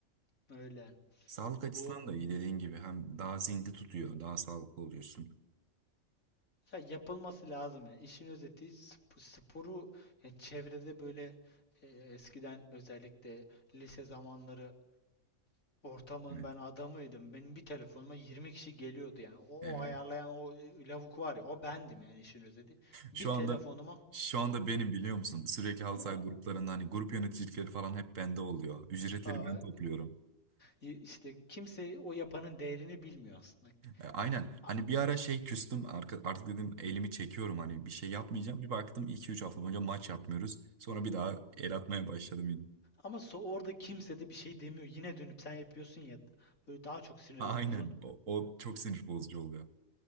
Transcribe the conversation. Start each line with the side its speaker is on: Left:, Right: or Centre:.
Left: Öyle. yani.
Right: Sağlık
Left: Bu
Right: açısından da iyi dediğin gibi hem daha zinde tutuyor, daha sağlıklı oluyorsun.
Left: Ya yapılması lazım yani. İşin özeti sp- sporu ya çevrede böyle e, eskiden özellikle lise zamanları ortamın
Right: Evet.
Left: ben adamıydım. Benim bir telefonuma 20 kişi geliyordu yani. O,
Right: Evet.
Left: o ayarlayan o e, lavuk var ya o bendim yani işin özeti. Bir
Right: Şu
Left: telefonuma
Right: anda şu anda benim biliyor musun? Sürekli halsay
Left: aa,
Right: gruplarında hani grup yöneticilikleri falan hep bende oluyor. Ücretleri
Left: aa,
Right: ben topluyorum.
Left: y- işte kimse o yapanın değerini bilmiyor aslında.
Right: E, Aynen.
Left: E, a-
Right: Hani bir ara şey küstüm arka- artık dedim elimi çekiyorum hani bir şey yapmayacağım. Bir baktım iki üç hafta boyunca maç yapmıyoruz. Sonra bir daha el atmaya başladım yine.
Left: Ama so- orada kimse de bir şey demiyor. Yine dönüp sen yapıyorsun ya böyle daha çok sinirleniyorsun.
Right: A- Aynen. O, o çok sinir bozucu oluyor.